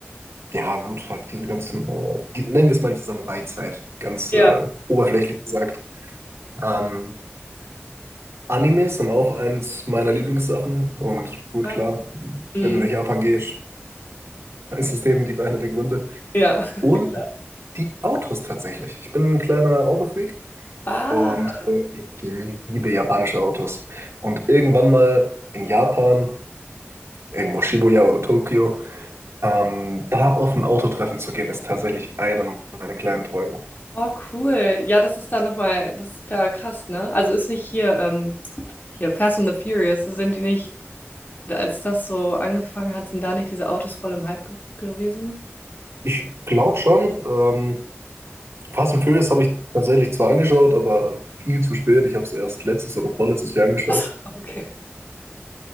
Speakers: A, on the right; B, on the left.
A: ja gut, halt diese ganzen, äh, die, nennen wir es mal die Samurai-Zeit, ganz
B: Ja.
A: äh, oberflächlich gesagt. Ähm, Animes sind auch eins meiner Lieblingssachen und gut,
B: Ah,
A: klar,
B: Okay.
A: wenn
B: Mhm.
A: du nach Japan gehst, dann ist das definitiv einer der Gründe.
B: Ja. <laughs>
A: Und
B: Ja.
A: die Autos tatsächlich. Ich bin ein kleiner Autofreak
B: Ah.
A: und äh, ich liebe japanische Autos. Und irgendwann mal in Japan, irgendwo Shibuya oder Tokio, ähm, da auf ein Autotreffen zu gehen, ist tatsächlich einer meiner kleinen Träume.
B: Oh, cool. Ja, das ist da nochmal, das ist da krass, ne? Also ist nicht hier, ähm, hier Fast and the Furious, sind die nicht, als das so angefangen hat, sind da nicht diese Autos voll im Hype ge gewesen?
A: Ich glaube schon, ähm, Fast and Furious habe ich tatsächlich zwar angeschaut, aber viel zu spät. Ich habe es erst letztes oder vorletztes Jahr angeschaut.
B: <laughs> Okay.